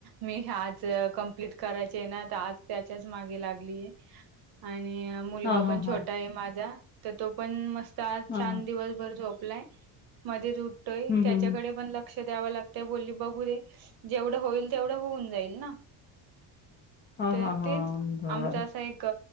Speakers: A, on the right (about 50°); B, on the left (about 25°).
A: मी आज कंप्लीट करायचे आहे ना तर आज त्याच्याच मागे लागलीये. आणि मुलगा
B: हां, हां,
A: पण छोटा
B: हां.
A: आहे माझा तर तो पण मस्त चा
B: हां,
A: छान
B: हां.
A: दिवसभर झोपलाय मध्येच उठतोय
B: हं,
A: त्याच्याकडे
B: हं, हं.
A: पण ल लक्ष द्याव लागतय बोलली बघू रे जेवढं होईल तेवढं होऊन जाईल ना.
B: हां,
A: <inaudible> तर
B: हां, हां.
A: तेच
B: बरं.
A: आमचा असा एक क